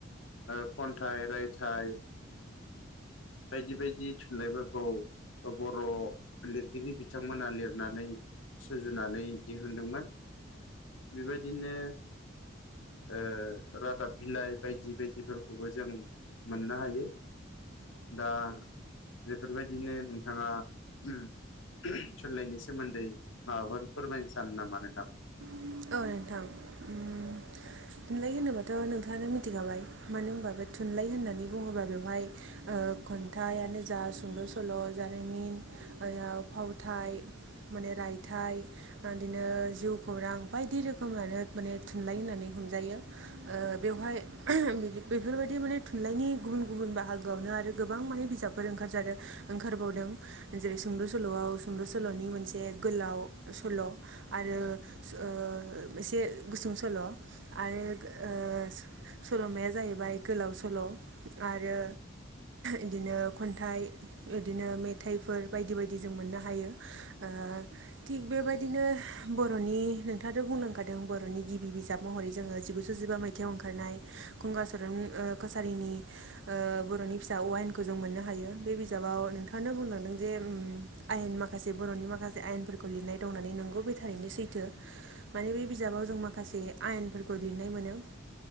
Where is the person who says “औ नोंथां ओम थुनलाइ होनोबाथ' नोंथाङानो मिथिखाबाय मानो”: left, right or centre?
Right